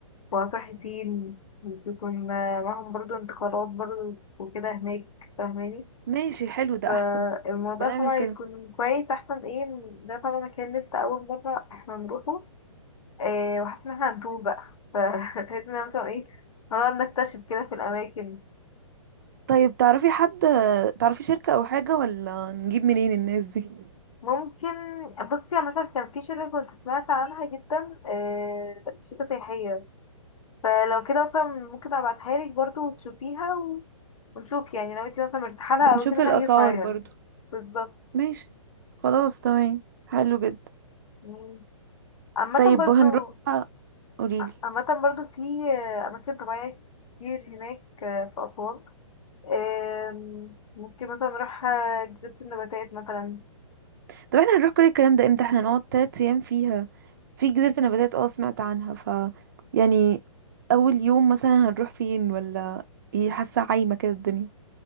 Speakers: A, on the left; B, on the right.
A: وهتروحي فين وبيكون آه، معاهم برضو انتقالات برضو وكده هناك فاهماني
B: ماشي حلو ده
A: فالموضوع
B: احسن يبقى نعمل
A: طبعا
B: كده
A: يكون كويس احسن ايه من ده طبعا مكان لسه اول مرة احنا نروحه إيه وحاسة ان احنا هنتوه بقى فحاسة <laughs> ان أنا مثلا ايه هنقعد نكتشف كده في الاماكن
B: طيب تعرفي حد تعرفي شركه او حاجه ولا نجيب منين الناس دي
A: ممكن بصي انا مش عارفة كان في شركة كنت سمعت عنها جدا إيه شركة سياحية فلو كده مثلا ممكن ابعتها لك برضه وتشوفيها و... ونشوف يعني لو انتي مثلا مرتاحة لها
B: ونشوف
A: او كده انا
B: الاسعار
A: هحجز معاها
B: برضو
A: بالظبط
B: ماشي خلاص تمام حلو جدا
A: مم. عامة
B: طيب
A: برضو
B: هنروح قوليلي
A: عامة برضو في أماكن طبيعية كتير هناك في أسوان آم، ممكن مثلا نروح جزيرة النباتات مثلا
B: طب احنا هنروح كل الكلام ده امتى احنا نقعد تلات ايام فيها في جزيرة النباتات اه سمعت عنها ف يعني اول يوم مثلا هنروح فين ولا ايه حاسة عايمة كده الدنيا